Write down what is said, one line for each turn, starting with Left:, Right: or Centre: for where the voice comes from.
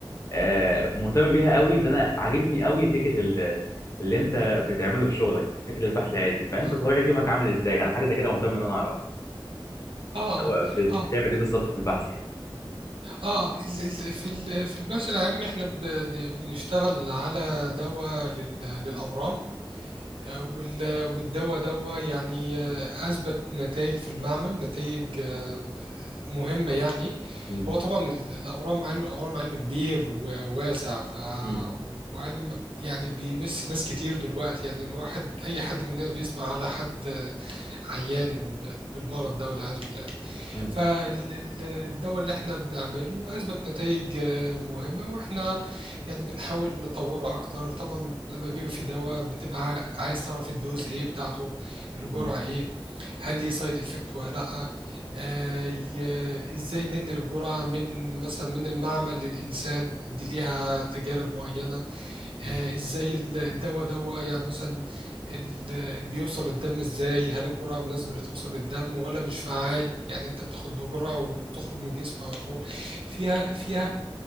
Left: آه، مهتم بيها قوي ان انا عاجبني قوي فكره ال- اللي انت بتعمله في شغلك فكره البحث العلمي فانت
Right: آه
Left: طبيعه يومك عامل ازاي انا حاجه زي كده مهتم ان انا اعرف
Right: آه
Left: هو
Right: آه
Left: بت-
Right: آه
Left: بتعمل ايه بالظبط في البحث يعني
Right: آه، ال- ال- في ال- في البحث العلمي إحنا بن- بنشتغل على دواء لل- للأورام وال- والدواء دوا يعني آه، أثبت نتائج في المعمل نتائج آه، مهمة يعني
Left: امم
Right: هو طبعا ال- الأورام علم الأورام علم كبير وواسع ف...
Left: مم.
Right: وعلم يعني بيمس ناس كتير دلوقتي يعني الواحد أي حد مننا بيسمع على حد آه، عيان ب- بالمرض ده والعياذ بالله
Left: مم.
Right: فالدواء اللي احنا بنعمله أثبت نتائج آه، مهمة واحنا يعني بنحاول نطوره أكتر طبعا لما بيبقى في دواء بتبقى عايز تعرف الدوز إيه بتاعته الجرعة
Left: مم.
Right: إيه هل ليه سايد إفكت ولا لأ آه، ي- إزاي ننقل الجرعة من مثلا من المعمل للإنسان دي ليها تجارب معينة
Left: مم.
Right: آه، ازاي ال- الدواء دوا يعني مثلا ال- بيوصل الدم ازاي هل الجرعة مناسبة اللي توصل للدم ولا مش فعال يعني انت بتاخد جرعة وبتخرج من الجسم على طول فيها فيها